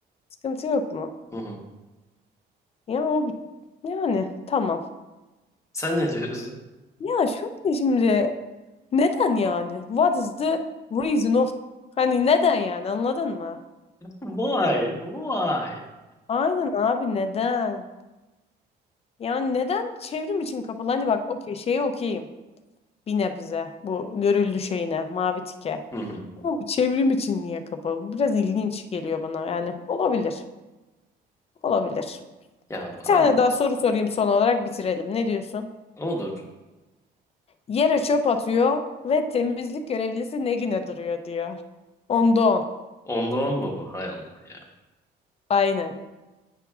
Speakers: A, on the left; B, on the left.
A: Sıkıntı yok mu?
B: Hı hı.
A: Ya o bir- yani tamam.
B: Sen ne diyorsun?
A: Ya şu ne şimdi neden yani? What is the reason of Hani neden yani anladın mı?
B: Vay, vay.
A: Aynen abi neden? Yani neden çevrim için kapalı? Hani bak okey şeye okeyim. Bir nebze bu görüldü şeyine mavi tike.
B: Hı hı.
A: Ama bu çevrim için niye kapalı? Bu Biraz ilginç geliyor bana yani. Olabilir. Olabilir.
B: Ya
A: Bir tane
B: abi
A: daha soru sorayım son olarak bitirelim. Ne diyorsun?
B: olur.
A: Yere çöp atıyor ve temizlik görevlisi ne güne duruyor diyor. Onda on.
B: Onda on mu bu? Hay Allah ya.
A: Aynen.